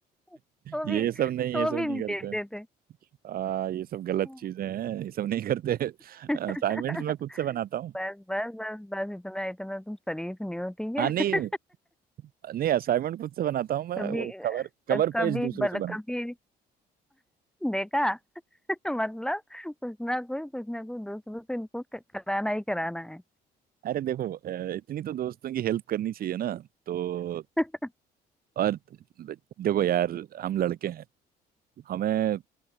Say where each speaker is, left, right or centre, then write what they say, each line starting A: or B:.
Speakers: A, in the centre; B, on the right.
A: <laughs> तो
B: ये
A: भी तो
B: सब नहीं ये सब
A: भी
B: नहीं
A: नहीं
B: करते
A: देते थे
B: आ, ये सब गलत
A: हम्म।
B: चीजें हैं ये सब नहीं करते
A: <laughs> बस
B: असाइनमेंट्स मैं खुद से बनाता हूँ
A: बस बस बस इतना इतना तुम शरीफ नहीं हो ठीक है
B: हाँ नहीं नहीं असाइनमेंट खुद से बनाता
A: <laughs>
B: हूँ मैं
A: कभी
B: वो कवर कवर
A: कभी
B: पेज दूसरों
A: बल
B: से
A: कभी देखा <laughs> मतलब कुछ ना कुछ कुछ ना कुछ दूसरों से इनको कराना ही कराना है
B: अरे देखो अ, इतनी तो दोस्तों की हेल्प करनी चाहिए ना तो
A: <laughs>
B: और देखो यार हम लड़के हैं हमें